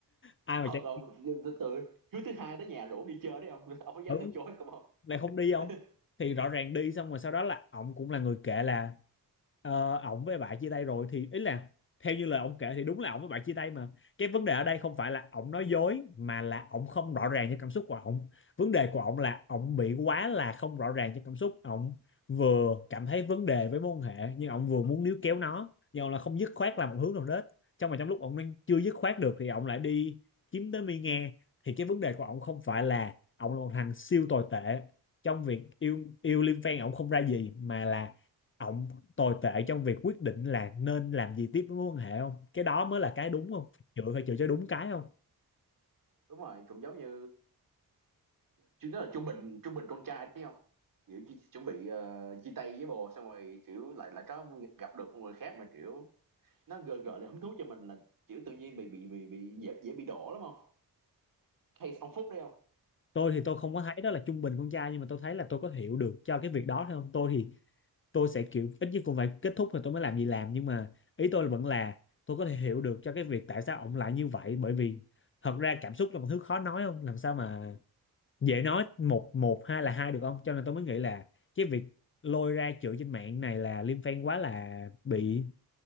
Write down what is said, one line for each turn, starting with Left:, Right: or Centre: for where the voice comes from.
Left: ai
Right: thật
Left: mà chạy
Right: không từ thứ thứ hai đó nhà rủ đi chơi đấy không <laughs> ông có dám
Left: Ừ,
Right: từ chối không không
Left: lại không đi không
Right: <laughs>
Left: thì rõ ràng đi xong rồi sau đó là ổng cũng là người kể là ờ, ổng với bạn chia tay rồi thì ý là theo như lời ổng kể thì đúng là ổng với bạn chia tay mà cái vấn đề ở đây không phải là ổng nói dối mà là ổng không rõ ràng cho cảm xúc của ổng vấn đề của ổng là ổng bị quá là không rõ ràng cho cảm xúc ổng vừa cảm thấy vấn đề với mối quan hệ nhưng ổng vừa muốn níu kéo nó nhưng ổng là không dứt khoát làm một hướng nào hết trong mà trong lúc ổng đang chưa dứt khoát được thì ổng lại đi kiếm tới mi nghe thì cái vấn đề của ổng không phải là ổng là một thằng siêu tồi tệ trong việc yêu yêu Liêm Phen ổng không ra gì mà là ổng tồi tệ trong việc quyết định là nên làm gì tiếp với mối quan hệ không cái đó mới là cái đúng không chữa phải chữa cho đúng cái không
Right: đúng rồi cũng giống như chứ nó là trung bình trung bình con trai đấy không kiểu chỉ, chuẩn bị ờ, chia tay với bồ xong rồi kiểu lại lại có gặp được một người khác mà kiểu nó gợi gợi lại hứng thú cho mình là kiểu tự nhiên bị bị bị bị dễ, dễ bị đổ lắm không case ông Phúc đấy không
Left: tôi thì tôi không có thấy đó là trung bình con trai nhưng mà tôi thấy là tôi có hiểu được cho cái việc đó thôi không tôi thì tôi sẽ kiểu ít nhất cũng phải kết thúc rồi tôi mới làm gì làm nhưng mà ý tôi vẫn là tôi có thể hiểu được cho cái việc tại sao ổng lại như vậy bởi vì thật ra cảm xúc là một thứ khó nói không làm sao mà dễ nói một một hai là hai được không cho nên tôi mới nghĩ là cái việc lôi ra chửi trên mạng này là Liêm Phen quá là bị